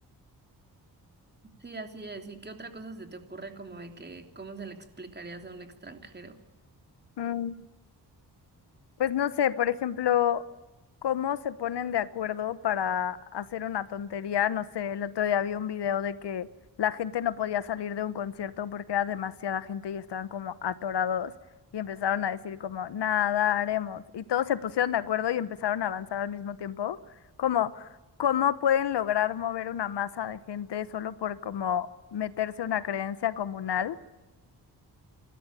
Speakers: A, on the right; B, on the left.
A: Sí, así es. ¿Y qué otra cosa se te ocurre como de que cómo se le explicarías a un extranjero?
B: Mm. Pues no sé, por ejemplo, cómo se ponen de acuerdo para hacer una tontería. No sé, el otro día vi un video de que la gente no podía salir de un concierto porque era demasiada gente y estaban como atorados y empezaron a decir como, nada, haremos. Y todos se pusieron de acuerdo y empezaron a avanzar al mismo tiempo. Como, ¿cómo pueden lograr mover una masa de gente solo por como meterse una creencia comunal?